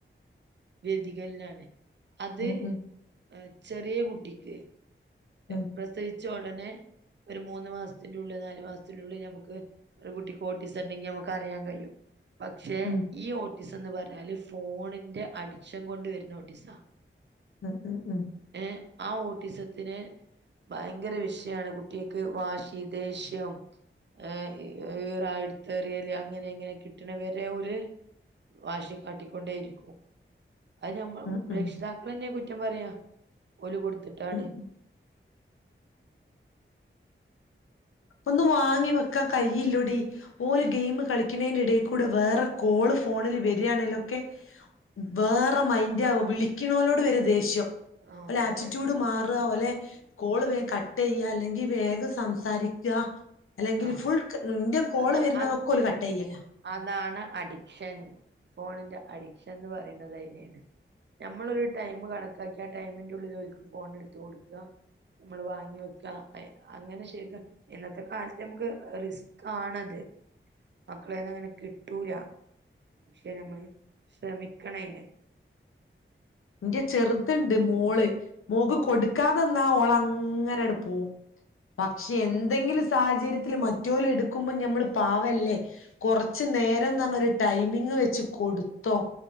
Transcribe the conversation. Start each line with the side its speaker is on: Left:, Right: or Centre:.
Right: വ്യതികൽനാണ് അത്
Left: ഉം ഉം
Right: ആ ചെറിയ കുട്ടിക്ക്
Left: ഉം
Right: എപ്പഴത്തേ ച്ച ഉടനെ ഒരു മൂന്ന് മാസത്തിനുള്ളിൽ നാല് മാസത്തിനുള്ളിൽ ഞമ്മക്ക് ഒരു കുട്ടിക്ക് ഓട്ടീസണ്ടെങ്കി ഞമ്മക്കറിയാൻ കയ്യും. പക്ഷെ
Left: ഉം
Right: ഈ ഓ ട്ടീസം ന്ന് പർഞ്ഞാല് ഫോണിന്റെ അടിക്ഷൻ കൊണ്ട് വര്ന്ന ഓട്ടിസാ
Left: ഉം ഉം ഉം
Right: ഏ ആ ഓട്ടിസത്തിന് ഭയങ്കര വിഷയാണ് കുട്ട്യാക്ക് വാശി ദേഷ്യം ഏ ഈറ ഇട്ത്തെറിയല് അങ്ങനെ ങ്ങനെ കിട്ടണവരെ ഓൽ വാശി കാട്ടിക്കൊണ്ടേയിരിക്കും അ ഞമ്മൾ
Left: ഉം ഉം
Right: രക്ഷിതാക്കളെന്നെ കു കുറ്റം പറയാ ഓല് കൊട് ത്തിട്ടാണ്
Left: ഉം ഉം ഒന്ന് വാങ്ങി വെക്കാൻ കയ്യില്ലൂടി ഓല് ഗെയിം കളിക്കണേന്റെ എടേൽക്കൂടെ വേറെ കോള് ഫോണിൽ വരാണേലൊക്കെ വേറെ മൈന്റാവും വിളിക്കണോലോട് വരെ ദേഷ്യം.
Right: ആഹ്
Left: ഒലെ ആറ്റിറ്റ്യൂഡ്
Right: തരണല്ല
Left: മാറ ഓലെ കോള് വേ കട്ടെയ്യ അല്ലെങ്കി വേഗം സ് സംസാരി ക്കാ. അല്ലെങ്കിൽ
Right: ആഹ്
Left: ഫുൾ ക് ന്റെ കോള്
Right: അത്
Left: വരുന്നതൊക്കോൽ
Right: അത്
Left: കട്ടെയ്യലാ.
Right: അതാണ് അഡിക്ഷൻ ഫോണിന്റെ അഡിക്ഷൻ ന്ന് പറയുന്നത് അയ്നെണ്. നമ്മൾ ഒരു ടൈമ് കണക്കാക്കി ആ ടൈമിന്റെ ഉള്ളിൽ ഓല്ക് ഫോൺ ട്ത്ത് കൊട്ക്ക മ്മൾ വാങ്ങി വെക്ക അങ്ങനെ ശരിക്ക് ഇന്നത്തെ കാലത്ത് ഞമ്മക്ക് റിസ്കാണത്. മക്കളേന്നങ്ങനെ കിട്ടൂല പക്ഷെ നമ്മള് ശ്രമിക്കണയ്‌ൻ.
Left: എന്റെ ചെറുത്ണ്ട് മോള് മോക്ക് കൊടുക്കാത
Right: ആ
Left: ന്നാ ഓള് അങ്ങനെആണ്ട് പോകും. പക്ഷെ എന്തെങ്കിലും
Right: ആ
Left: സാഹചര്യത്തില് മറ്റൊല് എടുക്കുമ്പോ ഞമ്മള് പാവല്ലേ കൊറച്ച് നേരം ന്നൊരു ഒരു ടൈമിങ് വെച്ച് കൊടുത്തോ.